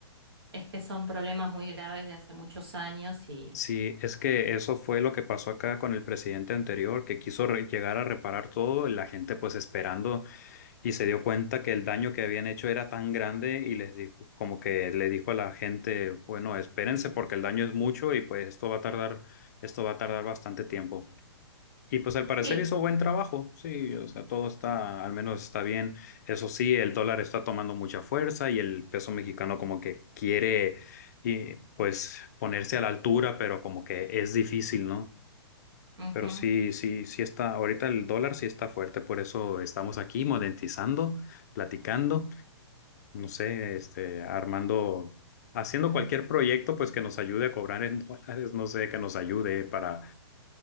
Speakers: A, on the right; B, on the left.
A: es que son problemas muy graves de hace muchos años y
B: Sí, es que eso fue lo que pasó acá con el presidente anterior, que quiso re- llegar a reparar todo y la gente pues esperando y se dio cuenta que el daño que habían hecho era tan grande y les dijo, como que le dijo a la gente, bueno, espérense porque el daño es mucho y pues esto va a tardar, esto va a tardar bastante tiempo. Y pues al parecer
A: sí.
B: hizo buen trabajo, sí, o sea, todo está, al menos está bien. Eso sí, el dólar está tomando mucha fuerza y el peso mexicano como que quiere, y, pues, ponerse a la altura, pero como que es difícil, ¿no?
A: ujú.
B: Pero sí, sí, sí está, ahorita el dólar sí está fuerte, por eso estamos aquí monetizando, platicando, no sé, este, armando, haciendo cualquier proyecto, pues que nos ayude a cobrar en <laughs> dólares, no sé, que nos ayude para...